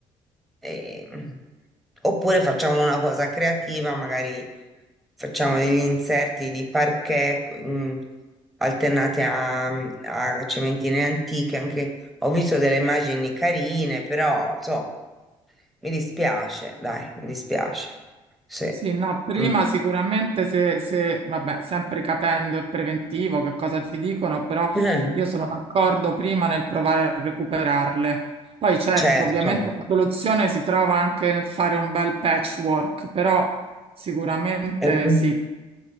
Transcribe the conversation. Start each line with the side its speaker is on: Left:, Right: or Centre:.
Centre: Ehm, oppure facciamo una cosa creativa, magari facciamo degli inserti di parquet, mh, alternati a, a cementine antiche, anche ho visto delle immagini carine, però insomma, mi dispiace, dai, mi dispiace. Sì.
Right: Sì, no, prima
Centre: Mm.
Right: sicuramente se, se- vabbè, sempre capendo il preventivo che cosa ti dicono, però
Centre: <laughs> Eh,
Right: io sono d'accordo prima nel provare a recuperarle. Poi certo,
Centre: certo,
Right: ovviamente la soluzione si trova anche nel fare un bel patchwork, però sicuramente
Centre: Eh, mm,
Right: sì,